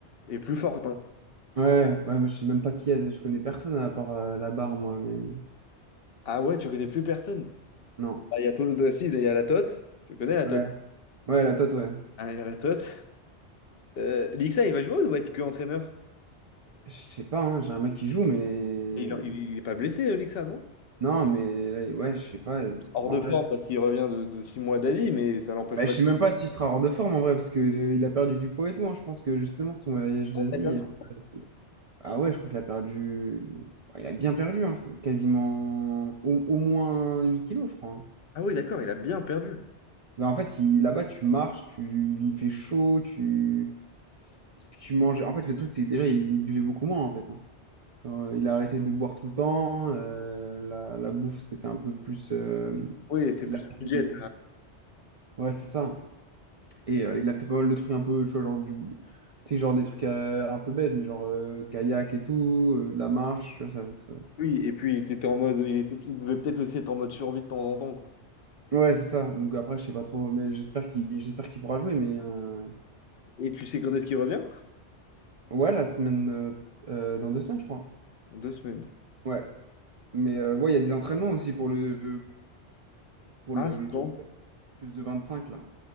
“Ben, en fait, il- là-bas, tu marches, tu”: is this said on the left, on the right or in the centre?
Right